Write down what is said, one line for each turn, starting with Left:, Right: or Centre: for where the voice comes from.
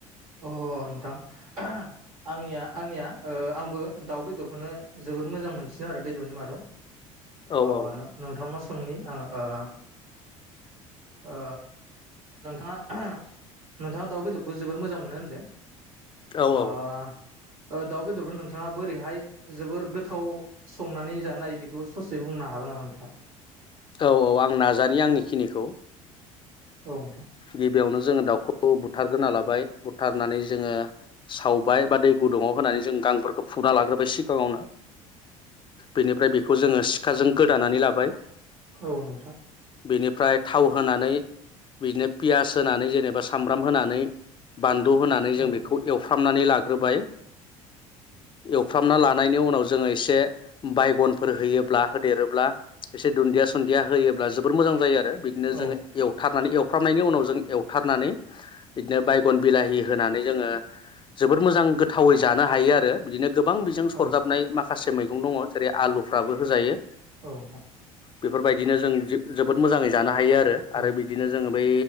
Right: अ नोंथां आंनिया आंनिया आंबो दाउ बेदरखौनो जोबोद मोजां मोनसिनो आरो बेदरनि मादाव
Left: औ
Right: अ
Left: औ
Right: नोंथांनाव सोंनि आङो ओ औ नोंथाङा। नोंथाङा दाउ बेदरखौ जोबोर मोजां मोनो होनदों
Left: औ
Right: ओ
Left: औ
Right: दाउ बेदरखौ नों नोंथाङा बोरैहाय जोबोर गोथाव संनानै जानाय बेखौ ससे बुंनो हागोन नामा नोंथाङा?
Left: औ औ आं नाजानि आंनिखिनिखौ
Right: औ नोंथां
Left: गिबियावनो जोङो दाउखौ बुथारग्रोना लाबाय। बुथारनानै जोङो साव फुबाय बा दै गुदुंआव होनानै जों गांफोरखौ फुना लाग्रोबाय सिगाङावनो बेनिफ्राय बेखौ जोङो सिखाजों गोदानानै लाबाय
Right: औ नोंथां।
Left: बिनिफ्राय थाव होनानै बिदिनो पियास होनानै जेनेबा सामब्राम होनानै बान होनानै जों
Right: औ
Left: बेखौ
Right: नोंथां
Left: एवफ्रामनानै लागोन ग्रोबाय। एवफ्रामना लान नायनि उनाव जोङो एसे बायगनफोर होयोब्ला होदेरोब्ला एसे दुनदियास दुनदिया होयोब्ला जोबोर मोजां जायो आरो। बिदिनो जोङो
Right: औ नोंथां औ नोंथां
Left: एवथारनानै एव फ्रामनायनि उनाव जों एवथारनानै बिदिनो बायगन बिलाहि होनानै जोङो जोबोद मोजां गोथावै जानो हायो आरो बिदिनो। गोबां बिजों
Right: औ
Left: सरजाबनाय माखासे मै दुं दङ जेरै आलुफ्राबो होजायो
Right: औ नोंथां
Left: बेफोरबायदिनो जों जो जोबोद मोजाङै जाना हायो आरो
Right: औ
Left: आरो बिदिनो जोङो बै